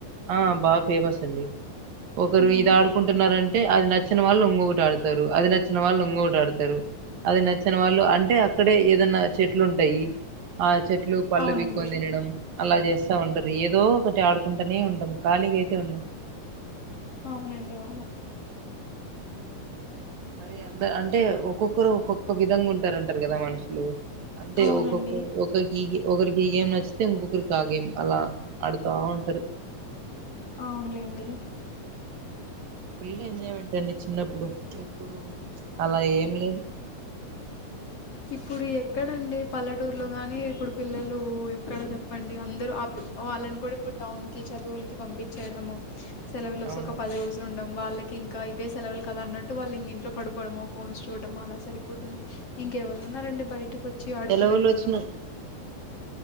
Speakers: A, on the right; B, on the left.
A: ఆ బా ఫేమస్ అండి ఒకరు
B: హ్మ్.
A: ఇది ఆడుకుంటున్నారం టే అది నచ్చిన వాళ్ళు ఇంగొకటి ఆడుతారు అది నచ్చిన వాళ్ళు ఇంగొకటి ఆడుతారు అది నచ్చిన వాళ్ళు అంటే డే ఏదన్నా చెట్లుంటాయి ఆ చెట్లు పళ్ళు
B: అవునండి
A: పీక్కోని తినడం అలా చేస్తా ఉంటది ఏదో ఒకటి ఆడుకుంటానే ఉంటాం ఖాళీగయితే ఉన్నం
B: అవునండి అవును
A: మరి అంద అంటే ఒక్కొక్కరు ఒక్కొక్క విధంగా ఉంటారంటారు కదా మనుషులు అంటే
B: అవునండి
A: ఒక్కొక్క ఒకకి ఒకరి ఈ గేమ్ నచ్చితే ఇంకొకరికి ఆ గేమ్ అలా ఆడుతా ఉంటారు
B: అవునులేండి
A: ఫుల్ ఎంజాయ్మెంట్ అండి చిన్నప్పుడు ఇప్పుడు అలా ఏం లేదు
B: ఇప్పుడు ఎక్కడండి పల్లెటూర్లో గాని ఇప్పుడు పిల్లలు ఎక్కడ చెప్పండి అందరూ వాళ్ళని కూడా ఇప్పుడు టౌన్ కి చదువులకి పంపిచ్చేయడము సెలవులు వస్తే
A: అవునండి
B: ఒక పది రోజులుండవు వాళ్ళకి ఇంకా ఇవే సెలవులు కదా అన్నట్టు వాళ్ళింగింట్లో పడుకోవడమో ఫోన్స్ చూడటమో అలా సరిపోతుంది ఇంకెవరు ఉన్నారండి బయటకు వచ్చి ఆడుకుండేటోళ్ళు
A: సెలవులు వచ్చిన